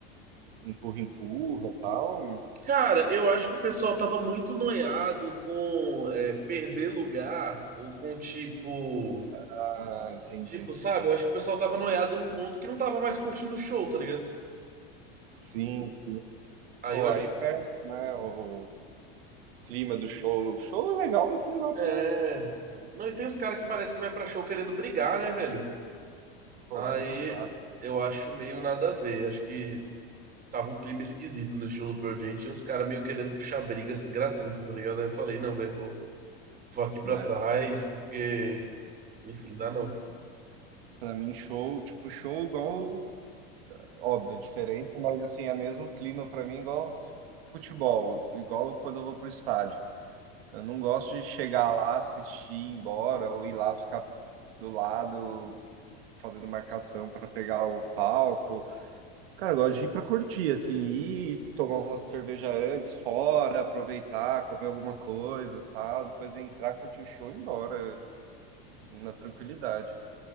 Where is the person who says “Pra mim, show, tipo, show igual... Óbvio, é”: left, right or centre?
Right